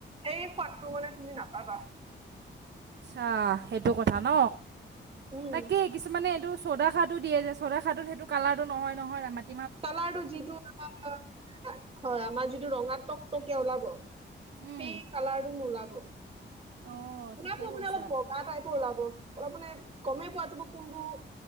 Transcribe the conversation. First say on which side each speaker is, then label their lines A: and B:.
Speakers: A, on the right; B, on the right.
A: সোৱাদটো মানে তুমি নাপাবা।
B: আচ্ছা সেইটো কথা ন
A: উম
B: তাকেই কিছুমানে এইটো চৌদা খাৰটো দিয়ে যে চ'দা খাৰটোত সেইটো কালাৰটো নহয় নহয় ৰামান
A: কালাৰটো যিটো হয়। আমাৰ যিটো ৰঙাতক। কে ওলাব
B: উম
A: সেই কালাৰটো নোলাব।
B: অঁ
A: উলাব
B: ঠিকে
A: বোলে
B: কৈছা
A: অলপ বগা টাইপৰ ওলাব। অলপ মানে গমেই পোৱা যাব কোনটো।